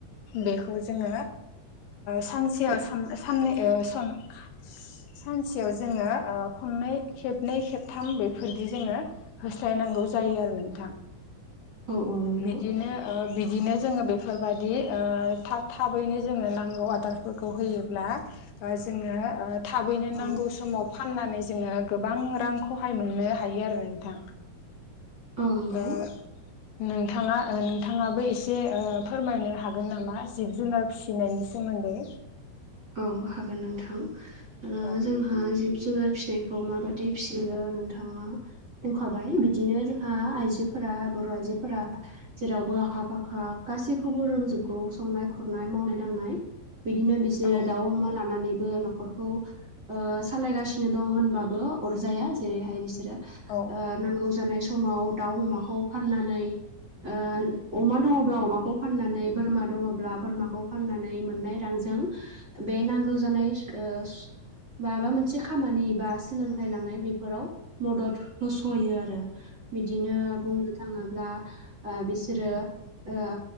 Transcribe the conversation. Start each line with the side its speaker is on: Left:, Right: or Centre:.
Left: बेखौ जोङो सानसेयाव साननै सानसेयाव जोङो खननै खेबनै खेबथाम बेफोरदि जोङो होस्लायनांगौ जायो आरो नोंथां
Right: औ औ नोंथां।
Left: बिदिनो बिदिनो जोङो बेफोरबायदि थाब थाबैनो जोङो नांगौ आदारफोरखौ होयो। जोनो थाबैनो
Right: औ
Left: नांगौ समाव फाननानै जोङो गोबां रां खहाय मोननो हायो आरो नोंथां
Right: औ नंगौ
Left: ओ नोंथाङा नोंथाङाबो एसे ओ फोरमायनो हागोन नामा जिब जुनार फिसिनायनि सोमोन्दै
Right: औ हागोन नोंथां ओ
Left: औ
Right: जोंहा जिब जुनार फि नायखौ माबायदि फिसियो नोंथाङा बुंखाबाय बिदिनो जोंहा आइजो फोरा बर' आइजोफोरा जेरावबो आखा फाखा गासैखौबो रोंजोबगौ संनाय खुरनाय मावनाय दांनाय बिदिनो बिसोरो
Left: औ
Right: दाउ अमा लानानैबो न'खर खौ ओ सालायगासिनो दं होनबाबो अरजाया जेरैहाय बिसोरो
Left: औ
Right: नांगौ जानाय समाव दाउ अमाखौ फाननानै ओ अमा दङ'ब्ला अमाखौ फाननानै बोरमा दङ'ब्ला बोरमाखौ फाननानै मोननाय रांजों बे नांगौ जानाय ओ माबा मोनसे खामानि बा सोलोंथाइ लानाय बेफोराव मदद होस'यो आरो बिदिनो बुंनो थाङोब्ला ओ बिसोरो ओ